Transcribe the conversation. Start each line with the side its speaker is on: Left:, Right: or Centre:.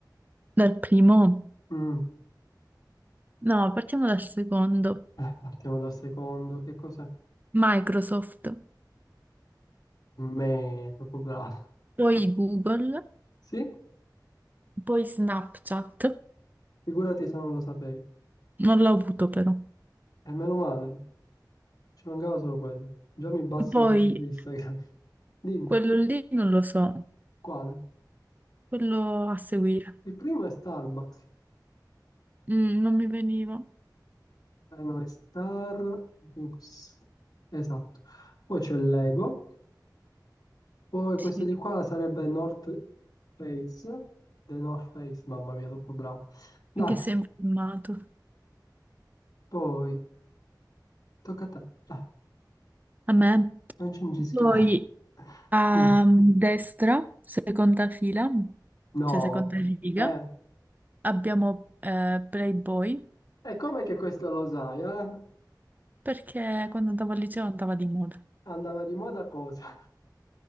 Right: dal primo,
Left: Mm.
Right: no, partiamo dal secondo.
Left: Eh, partiamo dal secondo. Che cos'è?
Right: Microsoft,
Left: Me, proprio bravo.
Right: poi
Left: <laughs>
Right: Google,
Left: Sì?
Right: poi Snapchat.
Left: Figurati se non lo sapevi.
Right: Non l'ho avuto però.
Left: E meno male, ci mancava solo quello. Già mi bassate
Right: Poi
Left: su Instagram. <laughs> Dimmi,
Right: quello lì non lo so,
Left: quale?
Right: quello a seguire.
Left: Il primo è Starbucks.
Right: Mm, non mi veniva.
Left: Eh, no, è Starbucks. Esatto. Poi c'è Lego. Poi
Right: Sì,
Left: questo di qua sarebbe North Face. The North Face, mamma mia, troppo bravo. Dai,
Right: che sembra filmato.
Left: poi, tocca a te. Dai,
Right: A me.
Left: non cingischiare.
Right: Poi
Left: <laughs>
Right: a
Left: Mm,
Right: destra, seconda fila,
Left: No.
Right: cioè seconda riga,
Left: Eh,
Right: abbiamo eh, Playboy.
Left: e come che questo lo sai, eh?
Right: perché quando andavo al liceo andava di moda.
Left: Andava di moda cosa? <laughs>